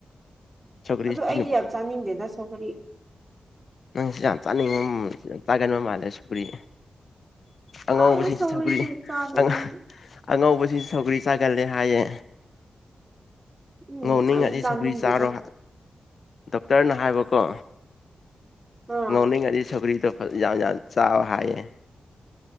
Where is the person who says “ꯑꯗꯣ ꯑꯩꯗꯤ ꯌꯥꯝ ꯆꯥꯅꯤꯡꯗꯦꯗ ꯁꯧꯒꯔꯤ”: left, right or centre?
Right